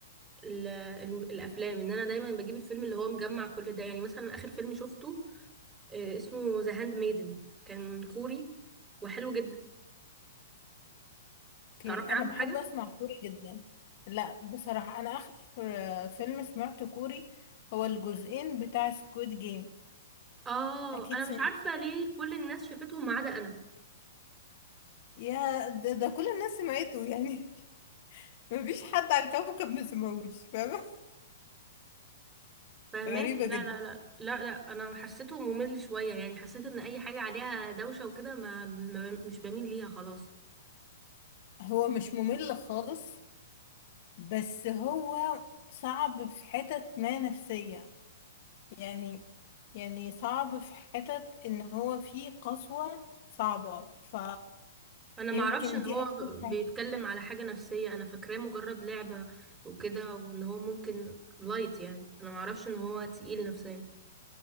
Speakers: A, on the right; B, on the left.
A: ال ال الافلام ان انا دايما بجيب الفيلم اللي هو مجمع كل ده يعني مثلا اخر فيلم شفته آه، اسمه ذا هاند ميدن كان كوري وحلو جدا
B: اوكي
A: تعرفي عنه
B: انا بحب
A: حاجة؟
B: اسمع كوري جدا لا بصراحة انا اخر آه، فيلم سمعته كوري هو الجزئين بتاع سكويد جيم
A: اه
B: اكيد
A: انا
B: سمعت
A: مش عارفة ليه كل الناس شافتهم ما عدا انا
B: يا ده, ده كل الناس سمعته يعني <laughs> مفيش حد على الكوكب ما سمعوش فاهمة
A: فهماكي
B: غريبة
A: لا
B: جدا
A: لا لا لا لا انا حسيته ممل شوية يعني حسيت ان اي حاجة عليها دوشة وكده ما, ما مش بميل ليها خلاص
B: هو مش ممل خالص بس هو صعب في حتت ما نفسية يعني يعني صعب في حتت ان هو فيه قسوة صعبة ف
A: انا ما
B: يمكن
A: اعرفش ان
B: دي
A: هو
B: اكتر
A: ب-
B: حاجة
A: بيتكلم على حاجة نفسية انا فاكراه مجرد لعبة وكده وان هو ممكن لايت يعني انا ما اعرفش ان هو تقيل نفسيا